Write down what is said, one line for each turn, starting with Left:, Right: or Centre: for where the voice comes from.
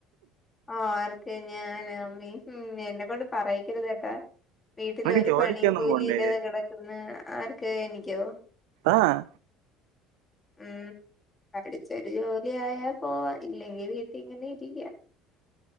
Left: ആർക്ക് ഞാനോ ഉം നീ ഉം എന്നെ കൊണ്ട് പറയിക്കരുത് കേട്ടാ. വീട്ടില്
Right: നിനക്ക്
Left: ഒരു
Right: ജോലിക്കൊന്നും
Left: പണിയും കൂലി
Right: പോണ്ടേ
Left: ഇല്ലാതെ കിടക്കുന്ന ആർക്ക് എനിക്കോ?
Right: ആഹ്
Left: ഉം പഠിച്ചൊരു ജോലിയായ പോവാം ഇല്ലെങ്കി വീട്ടിൽ ഇങ്ങനെ ഇരിക്കാം.